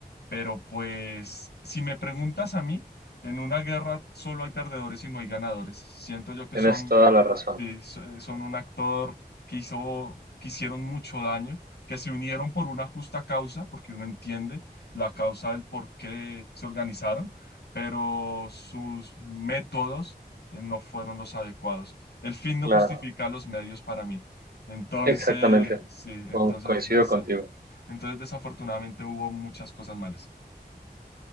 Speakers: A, on the left; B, on the right.
A: pero pues, si me preguntas a mí, en una guerra solo hay perdedores y no hay ganadores. Siento yo que
B: Tienes
A: son
B: toda la razón.
A: eh, so- son un actor que hizo, que hicieron mucho daño, que se unieron por una justa causa, porque uno entiende la causa del por qué se organizaron, pero sus métodos eh, no fueron los adecuados. El fin no
B: Claro,
A: justifica los medios para mí. Entonces,
B: exactamente.
A: sí, entonces,
B: Con- coincido
A: desa-
B: contigo.
A: entonces desafortunadamente hubo muchas cosas malas.